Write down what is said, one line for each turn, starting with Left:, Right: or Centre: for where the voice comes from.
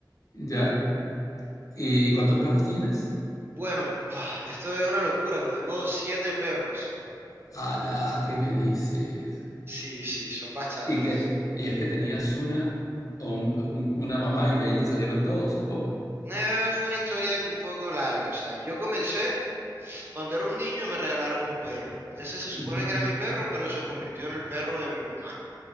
Left: Ya. ¿Y cuántos perros tienes?
Right: Bueno, ah, esto es una locura, pero tengo siete perros.
Left: ¡Hala! ¿Qué me dices?
Right: Sí, sí, son bastantes.
Left: ¿Y qué es? ¿Y es que tenías una o un- un- una mamá y de ahí te salieron todos o cómo?
Right: Eh, fue una historia un poco larga. O sea, yo comencé cuando era un niño me regalaron un perro. Ese se supone
Left: Ujú,
Right: que era mi perro, pero se convirtió en el perro de mi mamá.